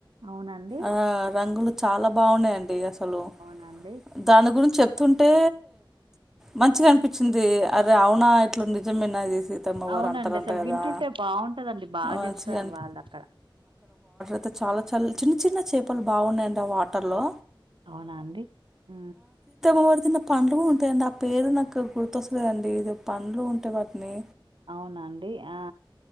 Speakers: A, on the right; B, in the centre.
A: అవునండి
B: ఆ రంగులు చాలా బాగున్నాయండి అసలు
A: అవునండి.
B: దాని గురించి చెప్తుంటే మంచిగా అనిపించింది అరే అవునా ఇట్లా నిజమేనా సీతమ్మ
A: అవునండి
B: వారు అంటారంట
A: అసలు
B: కదా
A: వింటుంటే బాగుంటదండి బాగా
B: మంచిగా
A: చెప్తారు వాళ్ళు అక్కడ
B: ఇ చాలా చాలా చిన్న చిన్న చేపలు బాగున్నాయండి ఆ వాటర్ లో
A: అవునా అండి ఉ
B: అమ్మవారు తిన్న పండ్లు ఉంటాయండి ఆ పేరు నాకు గుర్తొస్తులేదండి ఇది పండ్లు ఉంటే వాటిని
A: అవునండి ఆ